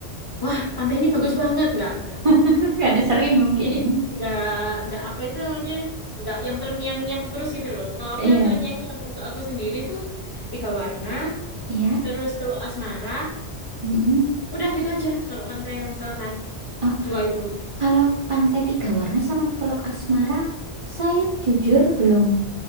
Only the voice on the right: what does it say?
<laughs> Karena sering mungkin.
Iya.
Iya.
Mm-mm.
Oh,
kalau Pantai Tiga Warna sama Teluk Asmara, saya jujur belum